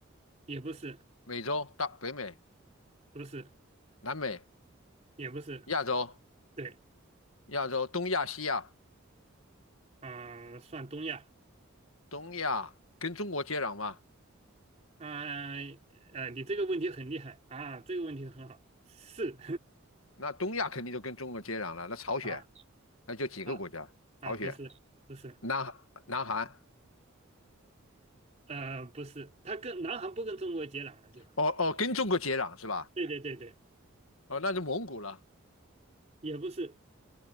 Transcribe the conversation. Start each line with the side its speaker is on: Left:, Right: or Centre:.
Right: 也不是，
Left: 美洲、大北美、
Right: 不是，
Left: 南美、
Right: 也不是，
Left: 亚洲、
Right: 对，
Left: 亚洲、东亚、西亚、
Right: 啊、算东亚。
Left: 东亚跟中国接壤嘛？
Right: 啊，呃，你这个问题很厉害啊，这个问题很好，是
Left: 那东亚肯定就跟中国接壤了。那朝鲜，
Right: <laughs> 啊
Left: 那就几个国家：
Right: 啊啊，
Left: 朝鲜、
Right: 不是不是，
Left: 南南韩。
Right: 呃，不是，他跟南韩不跟中国接壤了就，
Left: 哦哦，跟中国接壤是吧？
Right: 对对对对，
Left: 哦，那就蒙古了，
Right: 也不是，